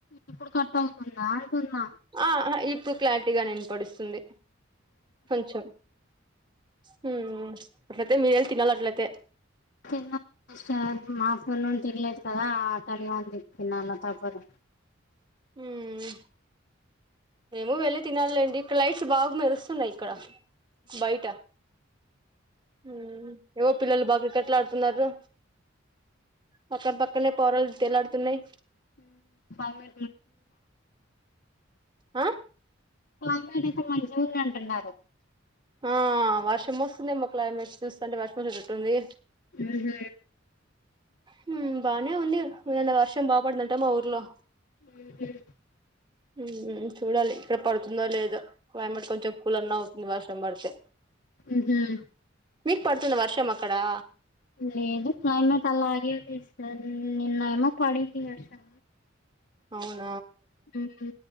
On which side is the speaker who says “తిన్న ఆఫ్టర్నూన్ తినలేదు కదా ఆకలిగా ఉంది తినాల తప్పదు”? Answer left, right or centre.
Left